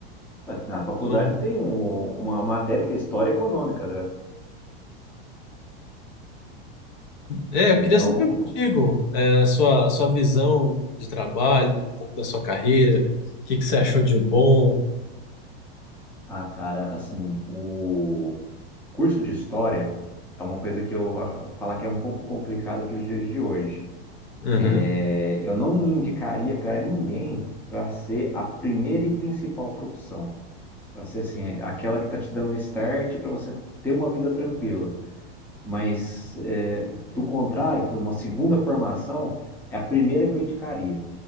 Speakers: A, in the centre; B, on the left.
A: Ué, Na faculdade
B: Então,
A: tem um- uma matéria que é História Econômica, né?
B: é, eu
A: Então,
B: queria saber contigo,
A: <laughs>
B: é, a sua, sua visão de trabalho, um pouco da sua carreira, o que que você achou de bom.
A: ah, cara, assim, o curso de História é uma coisa que eu vou falar que é um pouco complicada para os dias de hoje.
B: Uhum,
A: É, eu não indicaria para ninguém para ser a primeira e principal profissão. Para ser, assim, aquela que está te dando um start para você ter uma vida tranquila. Mas, é, do contrário, por exemplo, uma segunda formação é a primeira que eu indicaria.